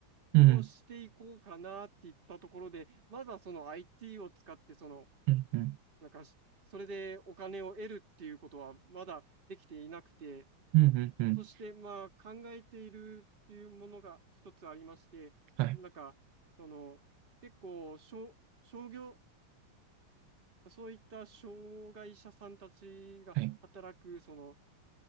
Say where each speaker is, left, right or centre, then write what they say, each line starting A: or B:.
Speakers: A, on the right; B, on the right.
A: うん、
B: をしていこうかなっていったところで、まずはその IT を使って、その、
A: うん、うん、
B: なんかし、それでお金を得るっていうことはまだできていなくて、
A: うん、うん、うん。
B: そしてまあ考えているっていうものが一つありまして、
A: はい、
B: なんか、その、結構、商商業、そういった障害者さんたちが働く、
A: はい。
B: その、